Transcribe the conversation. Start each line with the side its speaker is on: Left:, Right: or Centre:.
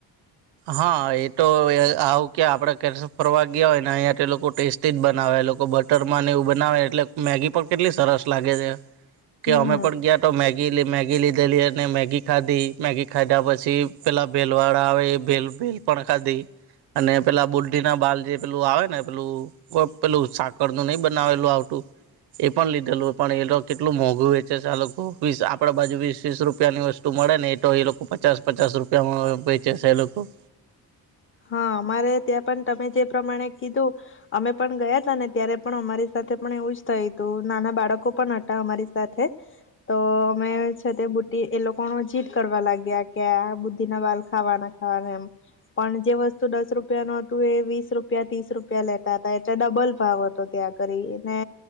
Right: હા એ તો આવું ક્યા? આપડે કેસે ફરવા ગયા હોય ને અહં તે લોકો ટેસ્ટ જ બનાવે લોકો બટર માં ને એવું બનાવે એટલે મેગી પણ, કેટલી સરસ લાગે છે. કે
Left: હમ
Right: અમે પણ ગયા તો મે મેગી, મેગી લીધેલી અને મેગી ખાધી મેગી ખાધા પછી પેલા ભેલવાડા આવે ભેલ, ભેલ પણ ખાધી. અને પેલા બુ ના બાલ, જે પેલું આવે ને, પેલું પેલું સાકર નું નહી બનાવેલું આવતું. એ પણ લીધેલું. પણ એ લોકો કેટલું મોંઘું વેચે છે. આ લોકો વીસ આપણા બાજુ વીસ, વીસ રૂપિયાની વસ્તુ મળે ને એ તો, એ લોકો પચાસ પચાસ રૂપિયામાં વેચે છે એ લોકો. ઓ <inaudible>
Left: હા! અમારે ત્યાં પણ તમે જે પ્રમાણે કીધું. અમે પણ ગયાતા ને ત્યારે પણ અમારી સાથે પણ એવું જ થય હતું. નાના બાળકો પણ હતા અમારી સાથે તો, અમે છે તે બુદ્ધ એ લોકોનો જીદ કરવા લાગ્યા કે બુદ્ધિ ના વાલ ખાવાના ખાવાના એમ. પણ જે વસ્તુ દસ રૂપિયાનું હતું, એ વીસ રૂપિયા ત્રીસ રૂપિયા લેતા હતા. એટલે ડબલ ભાવ હતો, ત્યાં કરી ને